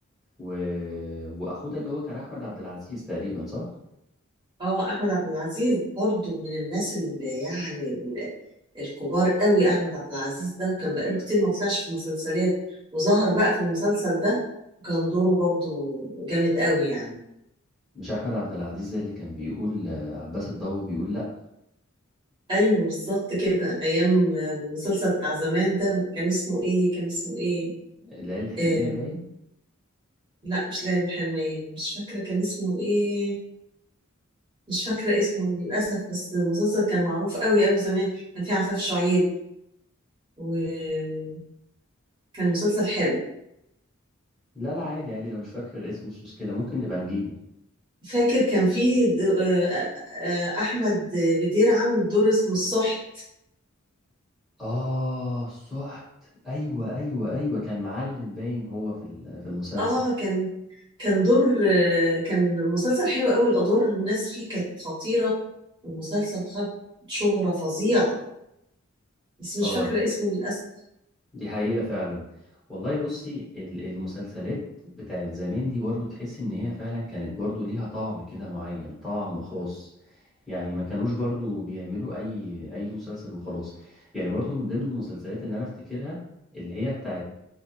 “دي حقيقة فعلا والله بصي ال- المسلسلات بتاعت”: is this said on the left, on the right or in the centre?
Centre